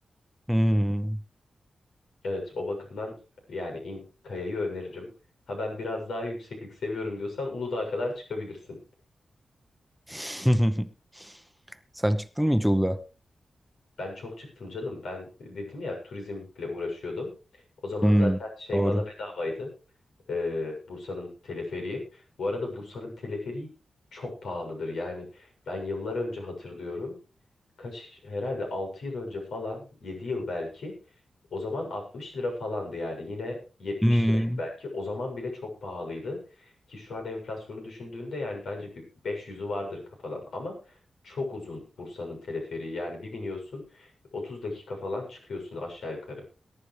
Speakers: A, in the centre; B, on the left.
A: Hmm.
B: Evet o bakımdan yani İnkaya'yı öneririm. Ha ben biraz daha yükseklik seviyorum diyorsan Uludağ'a kadar çıkabilirsin.
A: <laughs> Sen çıktın mı hiç Uludağ'a?
B: Ben çok çıktım canım. Ben dedim ya turizmle uğraşıyordum. O zaman
A: Hmm,
B: zaten şey
A: doğru.
B: bana bedavaydı. Ee, Bursa'nın teleferiği. Bu arada Bursa'nın teleferiği çok pahalıdır. Yani ben yıllar önce hatırlıyorum. kaç herhalde 6 yıl önce falan 7 yıl belki o zaman 60 lira falandı yani yine yetmiş
A: Hmm.
B: liraydı belki o zaman bile çok pahalıydı ki şu an enflasyonu düşündüğünde yani bence bir beş yüzü vardır kafadan ama çok uzun Bursa'nın teleferiği yani bir biniyorsun 30 dakika falan çıkıyorsun aşağı yukarı.